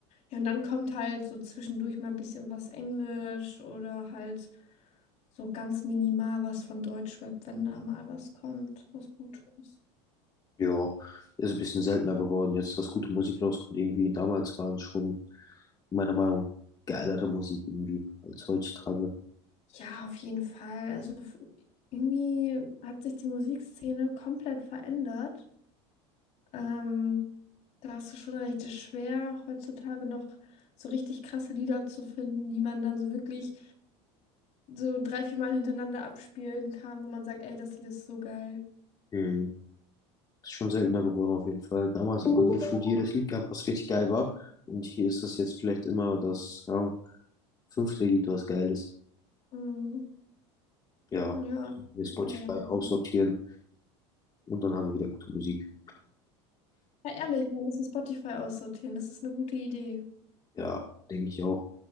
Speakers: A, on the left (about 50°); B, on the left (about 25°).
A: Ja, und dann kommt halt so zwischendurch mal ein bisschen was Englisch oder halt so ganz minimal was von Deutschrap, wenn da mal was kommt, was Gutes.
B: Ja, ist ein bisschen seltener geworden jetzt, dass gute Musik rauskommt irgendwie. Damals waren es schon, meiner Meinung nach, geilere Musik irgendwie als heutzutage.
A: Ja, auf jeden Fall. Also f- irgendwie hat sich die Musikszene komplett verändert. Ähm, da hast du schon recht, es ist schwer, heutzutage noch so richtig krasse Lieder zu finden, die man dann so wirklich so drei, vier Mal hintereinander abspielen kann, wo man sagt, ey, das Lied ist so geil.
B: Hm. Ist schon seltener geworden auf jeden Fall. Damals hat man gefühlt jedes Lied gehabt, was richtig geil war. Und hier ist das jetzt vielleicht immer das, keine Ahnung, fünfte Lied, was geil ist.
A: Mhm.
B: Ja,
A: Ja,
B: wir Spotify
A: naja.
B: aussortieren und dann haben wir wieder gute Musik.
A: Ja, Ja, ehrlich, wir müssen Spotify aussortieren. Das ist eine gute Idee.
B: Ja, denke ich auch.